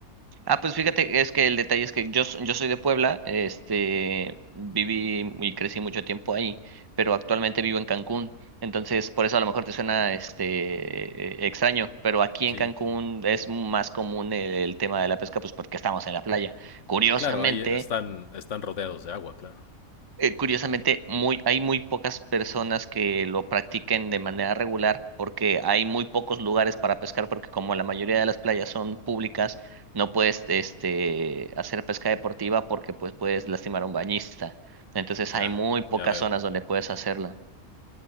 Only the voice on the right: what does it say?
Ah, pues fíjate, es que el detalle es que yo, s- yo soy de Puebla, este, viví y crecí mucho tiempo ahí, pero actualmente vivo en Cancún, entonces por eso a lo mejor te suena, este, eh, extraño, pero aquí
en Cancún es más común el, el tema de la pesca, pues porque estamos en la playa. Curiosamente,
eh, curiosamente, muy, hay muy pocas personas que lo practiquen de manera regular porque hay muy pocos lugares para pescar porque como la mayoría de las playas son públicas, no puedes este, hacer pesca deportiva porque pues puedes lastimar a un bañista. Entonces
hay muy pocas
zonas donde puedes hacerlo.